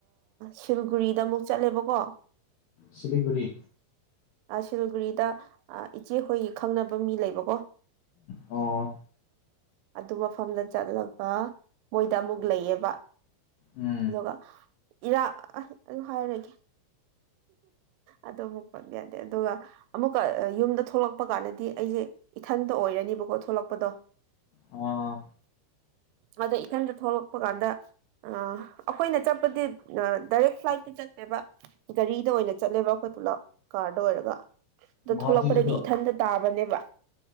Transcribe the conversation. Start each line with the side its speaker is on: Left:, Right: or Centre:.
Right: ꯁꯤꯜꯒꯨꯔꯤꯗ ꯑꯃꯨꯛ ꯆꯠꯂꯦꯕꯀꯣ
Left: ꯁꯤꯂꯤꯒꯨꯔꯤ
Right: ꯁꯤꯜꯒꯔꯤꯗ ꯏꯆꯦꯈꯣꯏꯒꯤ ꯈꯪꯅꯕ ꯃꯤ ꯂꯩꯕꯀꯣ
Left: ꯑꯣ
Right: ꯑꯗꯨ ꯃꯐꯝꯗ ꯆꯠꯂꯒ ꯃꯣꯏꯗ ꯑꯃꯨꯛ ꯂꯩꯌꯦꯕ
Left: ꯎꯝ
Right: ꯑꯗꯨꯒ ꯏꯔꯥ ꯑꯗꯨ ꯍꯥꯏꯔꯒꯦ ꯑꯗ ꯑꯃꯨꯛ ꯄꯟꯕ ꯌꯥꯗꯦ ꯑꯗꯨꯒ ꯑꯃꯨꯛꯀ ꯌꯨꯝꯗ ꯊꯣꯛꯂꯛꯄ ꯀꯥꯟꯗꯗꯤ ꯑꯩꯁꯦ ꯏꯊꯟꯇ ꯑꯣꯏꯔꯅꯤꯕ ꯊꯣꯛꯂꯛꯄꯗꯣ
Left: ꯑꯣ
Right: ꯑꯗ ꯏꯊꯟꯗ ꯊꯣꯛꯂꯛꯄ ꯀꯥꯟꯗ ꯑꯩꯈꯣꯏꯅ ꯆꯠꯄꯗꯤ ꯗꯥꯏꯔꯦꯛ ꯐ꯭ꯂꯥꯏꯠ ꯆꯠꯂꯦꯕ ꯒꯥꯔꯤꯗ ꯑꯣꯏꯅ ꯆꯠꯂꯦꯕ ꯑꯩꯈꯣꯏ ꯄꯨꯂꯞ ꯀꯥꯔꯗ ꯑꯣꯏꯔꯒ ꯑꯗ
Left: ꯒꯨꯍꯥꯇꯤꯗꯁꯨ
Right: ꯊꯣꯛꯂꯛꯄꯗꯩꯗꯤ ꯏꯊꯟꯇ ꯇꯥꯕꯅꯦꯕ